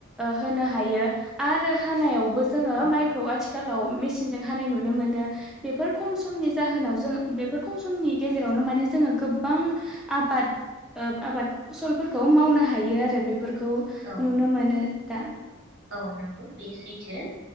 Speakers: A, in the centre; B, on the right.
A: होनो हायो आरो हानायाबो बो जों
B: औ
A: मायखौ आथिं आथिखालाव मेसिनजों हानाय नुनो मोनो बेफोर खम समनि जाहोनाव जो बेफोर खम समनि गेजेरावनो माने जोङो गोबां आबाद आबाद फसलफोरखौ मावनो हायो आरो बे फोरफोरखौ
B: औ
A: नुनो मोनो दा
B: औ नोंगौ बे सेैथौ